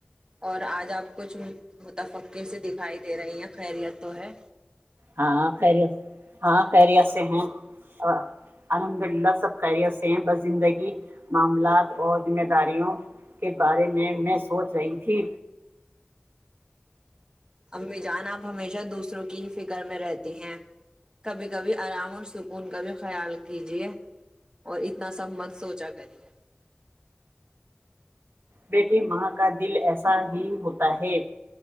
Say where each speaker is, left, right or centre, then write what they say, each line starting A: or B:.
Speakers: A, on the right; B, on the right.
A: اور آج آپ کچھ متفقر س دکھائی دے رہی ہیں خیریت تو ہے
B: ہاں خری ہاں خرییا سے ہیں ہاں الحمد للہ سبکاری ہیں بس زندگی معاملات اور ذمہ داریوں کے بارے میں میں ہوچ رہی تھی
A: امی جانا ہمیشہ دوسروں کی فکر میں رہتی ہیں کبھی کبھی آرام اور سکون کبھی خیال کیجیے اور اتنا سب مت سوچا کریے
B: بیٹی ماں کا دل ایسا ہی ہوتا ہے